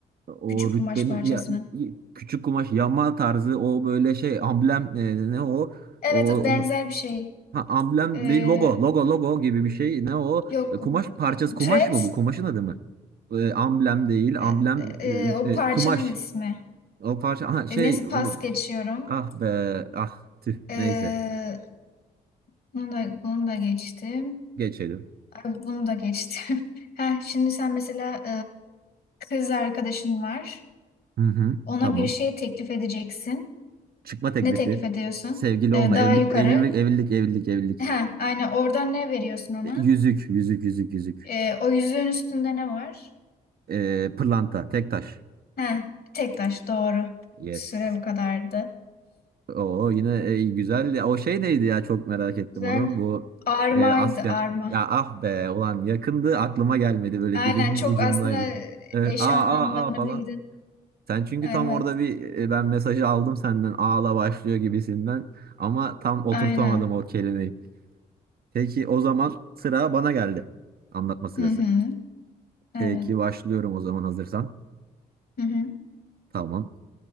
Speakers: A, on the right; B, on the left.
A: O
B: Küçük
A: rütbeni
B: kumaş parçasının.
A: ya, y- küçük kumaş yama tarzı o böyle şey amblem e, ne o
B: Evet
A: o
B: benzer
A: onu-
B: bir şey.
A: ha, amblem
B: Ee,
A: değil logo logo logo gibi bir şey ne o
B: yok
A: E, kumaş parçası kumaş
B: türet
A: mı bu kumaşın adı mı E, amblem değil
B: e,
A: amblem
B: e, o
A: e,
B: parçanın
A: e, kumaş
B: ismi.
A: o parça ha, şey
B: E, neyse
A: bu-
B: pas geçiyorum.
A: ah be ah tüh
B: Ee,
A: neyse
B: bunu da bunu da geçtim.
A: geçelim
B: Ay, bunu da geçtim. <laughs> Heh, şimdi sen mesela e, kız arkadaşın var.
A: hı hı
B: Ona
A: tamam
B: bir şey teklif edeceksin.
A: çıkma teklifi
B: Ne teklif ediyorsun?
A: sevgili
B: Ee,
A: olma
B: daha
A: evlilik
B: yukarı.
A: evlilik evlilik evlilik evlilik
B: Heh, aynen oradan ne veriyorsun ona?
A: E, yüzük yüzük yüzük yüzük
B: Ee, o yüzüğün üstünde ne var?
A: E, pırlanta tek taş
B: Heh, tek taş doğru.
A: Yes.
B: Süre bu kadardı.
A: Oo yine e, güzel. O şey neydi ya çok merak ettim
B: Güzel.
A: onu. Bu
B: Armaydı
A: e, asker.
B: arma.
A: Ya ah be ulan yakındı aklıma gelmedi böyle
B: Aynen
A: dilimin
B: çok
A: ucundaydı.
B: aslında
A: E, aa
B: eş
A: aa
B: anlamlarını
A: aa falan.
B: bildin.
A: Sen çünkü
B: Evet.
A: tam orada bir e, ben mesajı aldım senden ağla başlıyor gibisinden ama tam oturtamadım
B: Aynen.
A: o kelimeyi. Peki o zaman sıra bana geldi. Anlatma sırası.
B: Hı hı.
A: Peki
B: Evet.
A: başlıyorum o zaman hazırsan.
B: Hı hı.
A: Tamam.